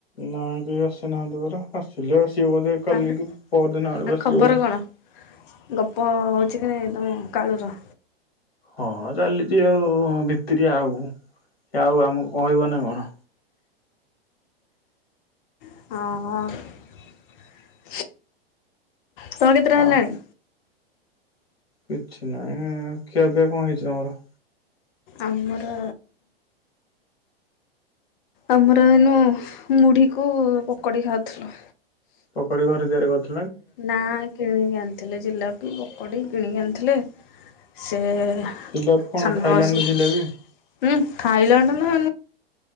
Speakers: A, on the left; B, on the left.
A: ନାଇଁ କେ ଆସିନାହାନ୍ତି ପରା ଆସିଲେ ଆସିବ ବୋଧେ କାଲିି
B: ଆଉ
A: କି ପହର ଦିନ ବେଳକୁ
B: ଆଉ
A: ଆସିବ
B: ଖବର
A: ବଧେ।
B: କଣ? ଗପ ହଉଛି କି ନାଇଁ ତମ କାଳୁର?
A: ହଁ ଚାଲିଛି ଆଉ ଭିତିରିଆ ଆଉ ସେ ଆଉ ଆମକୁ କହିବ ନା କଣ।
B: ଓହୋ। ତମର କେତେଟା
A: ଆଉ
B: ହେଲାଣି?
A: କିଛି ନହିଁ ଖିଆପିଆ କଣ ହେଇଛି ତମର?
B: ଆମର ଆମର ଏନୁ ମୁଢିକୁ ପକୋଡି ଖାଉଥିଲୁ।
A: ପକଡ଼ି ଘରେ ତିଆରି କରୁ
B: ନା କିଣିକି ଆଣିଥିଲେ ଜିଲାପି ପକୋଡି କିଣିକି ଆଣିଥିଲେ। ସେ <unintelligible>
A: ଜିଲାପି କଣ ଥାଇଲାଣ୍ଡ ଜିଲାପି?
B: ହୁଁ ଥାଇଲାଣ୍ଡ ନା